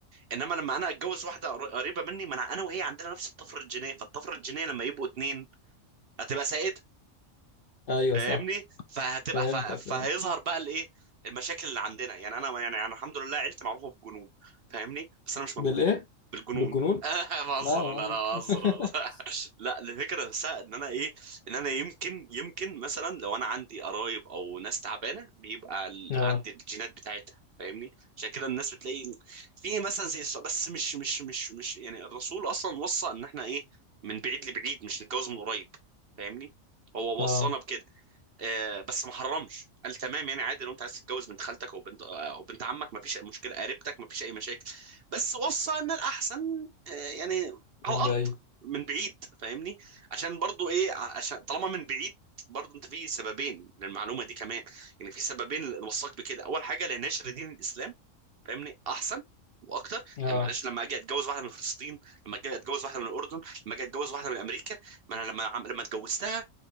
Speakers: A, on the right; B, on the left.
A: انما لما انا اتجوز واحده قر- قريبه مني ما انا انا وهي عندنا نفس الطفره الجينيه فالطفره الجينيه لما يبقوا اتنين هتبقى سائده
B: ايوه
A: فاهمني
B: صح
A: فهتبقى
B: فهمتك
A: ف- فهيظهر
B: اه
A: بقى الايه المشاكل اللي عندنا يعني انا يعني انا الحمد لله عيلتي معروفه بالجنون فاهمني بس انا مش مجنون
B: بالايه
A: بالجنون
B: بالجنون
A: <laughs> بهزر
B: لا يا
A: لا
B: عم
A: لا بهزر
B: <laughs>
A: بهزر. <laughs> لا الفكره نفسها ان انا ايه ان انا يمكن يمكن مثلا لو انا عندي قرايب او ناس تعبانه بيبقى ال-
B: اه
A: عندي الجينات بتاعتها فاهمني عشان كده الناس بتلاقي في مثلا زي السعودية- بس مش مش مش مش يعني الرسول اصلا وصى ان احنا ايه من بعيد لبعيد مش نتجوز من قريب فاهمني هو
B: اه
A: وصانا بكده آه، بس ما حرمش قال تمام يعني عادي لو انت عايز تتجوز بنت خالتك او بنت آه، او بنت عمك ما فيش اي مشكله قريبتك ما فيش اي مشاكل بس وصى ان الاحسن آه، يعني على
B: من
A: الارض
B: بعيد
A: من بعيد فاهمني عشان برضو ايه ع- عشان طالما من بعيد برضو انت في سببين للمعلومه دي كمان يعني في سببين اللي وصاك بكده اول حاجه لنشر دين الاسلام فاهمني احسن واكتر
B: اه
A: يعني معلش لما اجي اتجوز واحده من فلسطين لما اجي اتجوز واحده من الاردن لما اجي اتجوز واحده من امريكا ما انا لما عم- لما اتجوزتها